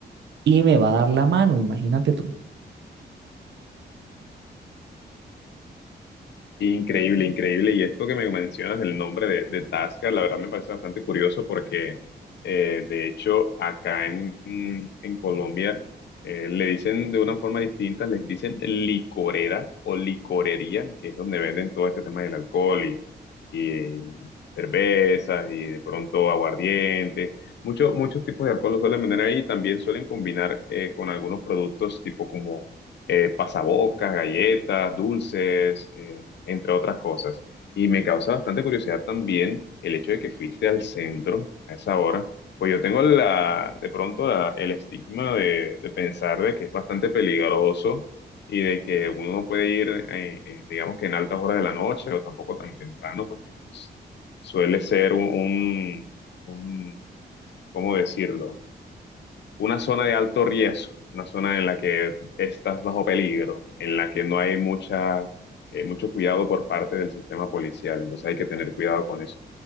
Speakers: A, on the right (about 80°); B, on the left (about 80°).
A: y me va a dar la mano, imagínate tú.
B: Increíble, increíble. Y esto que me mencionas, el nombre de, de Tasca, la verdad me parece bastante curioso porque, eh, de hecho, acá en, en Colombia eh, le dicen de una forma distinta, les dicen licorera o licorería, que es donde venden todo este tema del alcohol y, y eh, cervezas y de pronto aguardiente. Muchos muchos tipos de alcohol lo suelen vender ahí. También suelen combinar eh, con algunos productos tipo como eh, pasabocas, galletas, dulces, eh, entre otras cosas. Y me causa bastante curiosidad también el hecho de que fuiste al centro a esa hora. Pues yo tengo la, de pronto la- el estigma de, de pensar de que es bastante peligroso y de que uno no puede ir, eh, eh, digamos que en altas horas de la noche o tampoco tan temprano, porque pues, suele ser un, un, un- ¿cómo decirlo? una zona de alto riesgo, una zona en la que estás bajo peligro, en la que no hay mucha, eh, mucho cuidado por parte del sistema policial. Entonces hay que tener cuidado con eso.